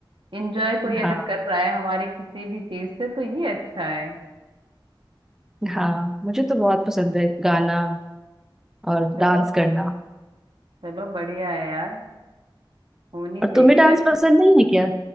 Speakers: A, on the right; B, in the centre.
A: इंजॉय कोई अगर
B: हाँ
A: कर रहा है हमारे किसी भी चीज से तो ये अच्छा है
B: हाँ मुझे तो बहुत पसंद है गाना और
A: चलो
B: डांस करना
A: चलो बढ़िया है यार होनी
B: और
A: चाहिए
B: तुम्हें डांस
A: वैसे
B: पसंद नहीं है क्या